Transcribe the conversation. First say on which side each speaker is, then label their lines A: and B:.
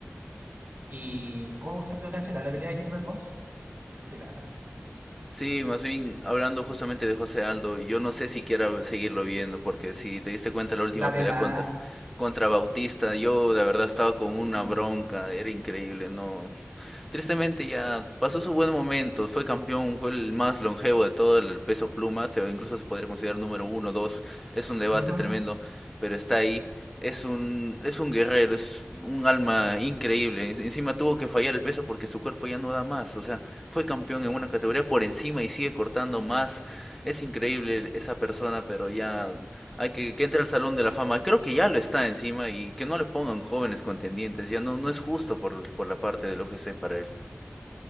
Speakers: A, on the right; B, in the centre.
A: Y. Oh, fue cancelada la pelea de Gilbert Burns. Qué lata.
B: Sí, más bien hablando justamente de José Aldo, yo no sé si quiera seguirlo viendo, porque si te diste cuenta la última
A: Da
B: pelea
A: pena.
B: contra, contra Bautista, yo de verdad estaba con una
A: Mm.
B: bronca, era increíble, no, Tristemente ya pasó su buen momento, fue campeón, fue el más longevo de todo el peso pluma, se, incluso se podría considerar número uno, dos, es un debate
A: Ujú.
B: tremendo, pero está ahí, es un, es un guerrero, es un alma increíble, encima tuvo que fallar el peso porque su cuerpo ya no da más, o sea, fue campeón en una categoría por encima y sigue cortando más, es increíble esa persona, pero ya hay que, que entre al Salón de la Fama. Creo que ya lo está encima y que no le pongan jóvenes contendientes. Ya no, no es justo por, por la parte del UFC para él.